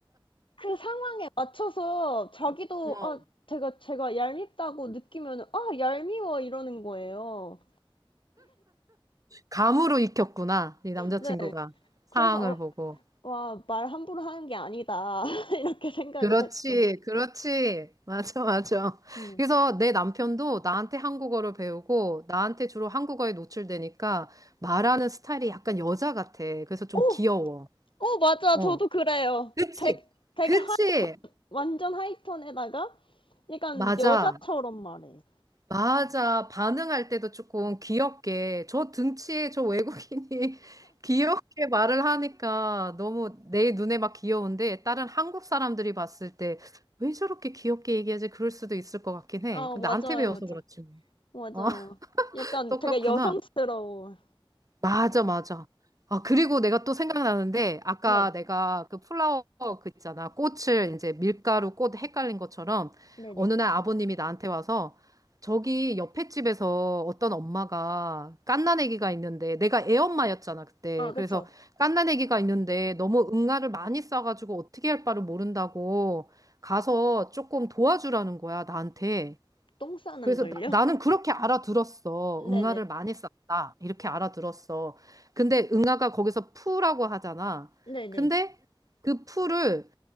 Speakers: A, on the left (about 65°); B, on the right (about 40°).
A: 그 상황에 맞춰서 자기도,
B: 어.
A: 아, 제가, 제가 얄밉다고 느끼면, 아, 얄미워, 이러는 거예요.
B: 감으로 익혔구나. 이 남자친구가
A: 네.
B: 상황을
A: 그래서, 어,
B: 보고.
A: 와, 말 함부로 하는 게 아니다. <laughs> 이렇게 생각을
B: 그렇지,
A: 했죠.
B: 그렇지. 맞아, 맞아.
A: 음.
B: 그래서 내 남편도 나한테 한국어를 배우고 나한테 주로 한국어에 노출되니까 말하는 스타일이 약간 여자 같아. 그래서 좀
A: 오!
B: 귀여워.
A: 오, 맞아.
B: 어.
A: 저도 그래요.
B: 그치,
A: 되게, 되게
B: 그치.
A: 완전 하이톤에다가 약간
B: 맞아.
A: 여자처럼 말해.
B: 맞아. 반응할 때도 조금 귀엽게. 저 등치에 저 외국인이 <laughs> 귀엽게 말을 하니까 너무 내 눈에 막 귀여운데 다른 한국 사람들이 봤을 때 왜 저렇게 귀엽게 얘기하지? 그럴 수도 있을 것 같긴 해.
A: 아,
B: 근데
A: 맞아요,
B: 나한테 배워서
A: 맞아.
B: 그렇지
A: 맞아요.
B: 뭐. 어, <laughs>
A: 약간
B: 똑같구나.
A: 되게 여성스러워.
B: 맞아, 맞아. 아, 그리고 내가 또 생각나는데, 아까
A: 네.
B: 내가 그 플라워 그 있잖아. 꽃을 이제 밀가루 꽃 헷갈린 것처럼,
A: 네네.
B: 어느 날 아버님이 나한테 와서, 저기 옆에 집에서 어떤 엄마가 갓난아기가 있는데, 내가 애엄마였잖아, 그때.
A: 아, 그쵸.
B: 그래서 갓난아기가 있는데, 너무 응아를 많이 싸가지고 어떻게 할 바를 모른다고 가서 조금 도와주라는 거야, 나한테.
A: 똥 싸는
B: 그래서
A: 걸요?
B: 나, 는 그렇게 알아들었어.
A: 네네.
B: 응아를 많이 썼다. 이렇게 알아들었어. 근데 응아가 거기서 푸라고 하잖아.
A: 네네.
B: 근데 그 푸를